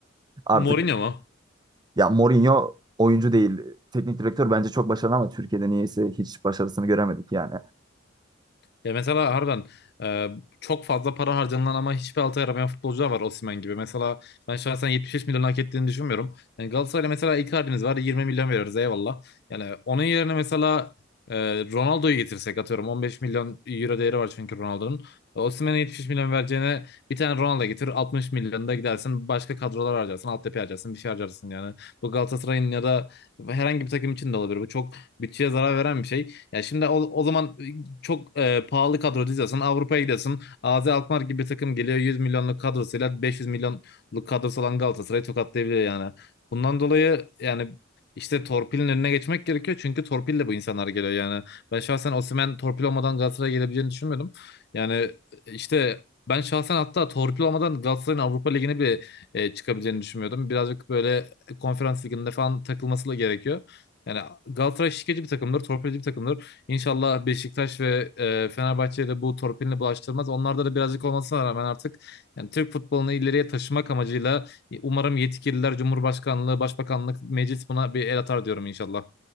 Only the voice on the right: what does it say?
Artık
ya Mourinho oyuncu değil, teknik direktör bence çok başarılı ama Türkiye'de niyeyse hiç başarısını göremedik yani.